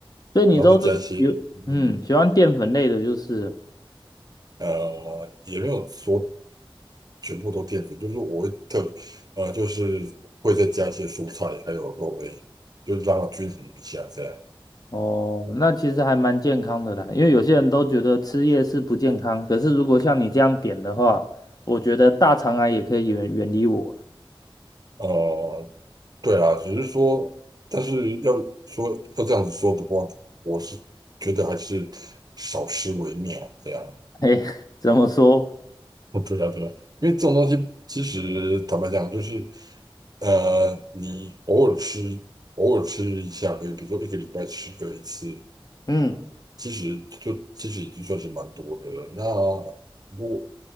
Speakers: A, on the left; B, on the right.
A: 所以你都是有嗯喜欢淀粉类的，
B: 然后再加一些，嗯，
A: 就是
B: 呃，也没有说全部都淀粉，就是我会特，呃，就是会再加一些蔬菜，还有肉类，就是让它均衡一下这样。
A: 哦，那其实还蛮健康的啦。因为有些人都觉得吃夜市不健康，可是如果像你这样点的话，我觉得大肠癌也可以远远离我。<laughs>
B: 呃，对啊，只是说，但是要说要这样子说的话，我是觉得还是少吃为妙这样。嗯
A: 嘿，怎么说？
B: <laughs> 对啊，对啊，因为这种东西其实坦白讲，就是呃，你偶尔吃，偶尔吃一下可以，比如说一个礼拜吃个一次，
A: 嗯，
B: 其实就其实已经算是蛮多的了。那如果